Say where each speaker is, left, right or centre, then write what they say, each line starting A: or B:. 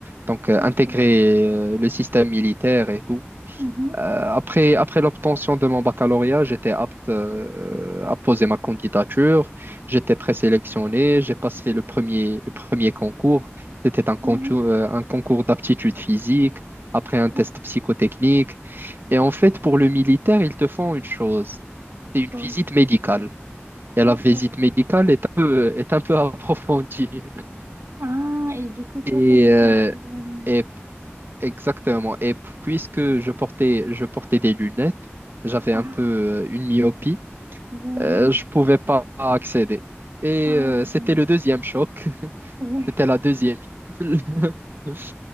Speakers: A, on the right (about 50°); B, on the right (about 85°).
A: donc euh,
B: d'accord.
A: intégrer euh, le système militaire et tout.
B: Mhm.
A: Euh, après, après l'obtention de mon baccalauréat, j'étais apte euh, à poser ma candidature. J'étais présélectionné. J'ai passé le premier, le premier concours. C'était un concours,
B: Ouais,
A: euh, un concours d'aptitude physique, après un test
B: ouais,
A: psychotechnique. Et en fait, pour le militaire, ils te font une chose.
B: c'est
A: C'est une
B: bon.
A: visite médicale. Et
B: D'accord.
A: la visite médicale est un peu, est un peu <laughs> approfondie.
B: Ah, et du coup, toi,
A: Et,
B: t'avais
A: euh,
B: ton problème.
A: et Exactement. Et puisque je portais, je portais des lunettes, j'avais
B: Ah,
A: un peu euh, une myopie,
B: bon.
A: euh, je pouvais pas accéder. Et
B: Ah,
A: euh, c'était
B: dommage.
A: le deuxième choc, <laughs>
B: Ouais.
A: c'était la deuxième. gifle. <laughs>